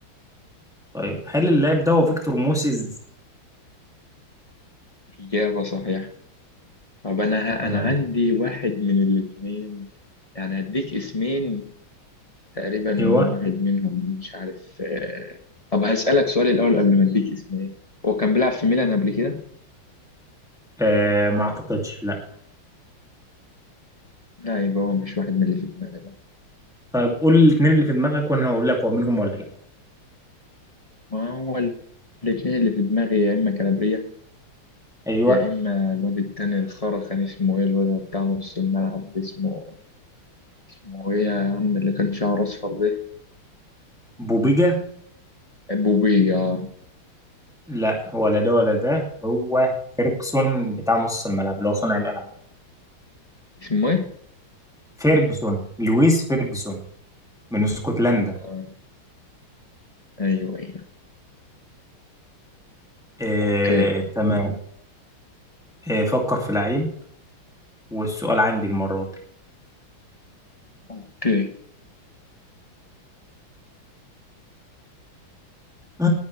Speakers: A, in the centre; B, on the left (about 20°).
A: طيب هل اللاعب ده هو فيكتور موسيز؟
B: إجابة صحيحة طب انا ه-
A: تمام
B: انا عندي واحد من الاثنين يعني هديك اسمين تقريبا
A: ايوه
B: هو واحد منهم مش عارف آه، طب هسألك سؤال الاول قبل ما اديك اسمين هو كان بيلعب في ميلان قبل كده
A: آه ما اعتقدش لا
B: لا يبقى هو مش واحد من اللي في دماغي بقى
A: طيب قول الاثنين اللي في دماغك وانا هقول لك هو منهم ولا لا
B: ما هو الاثنين اللي في دماغي يا اما كالابريا
A: ايوه
B: يا اما الواد التاني الخرا كان اسمه ايه الواد بتاع نص الملعب ده اسمه اسمه ايه يا عم اللي كان شعره اصفر ده
A: بوبيجا
B: بوبيه
A: لا ولا ده ولا ده هو فيرجسون بتاع نص الملعب اللي هو صانع الالعاب
B: اسمه ايه
A: فيرجسون لويس فيرجسون من اسكتلندا
B: آه، ايوه ايوه
A: آه
B: اوكي
A: تمام آه فكر في لعيب والسؤال عندي المره دي
B: اوكي
A: آه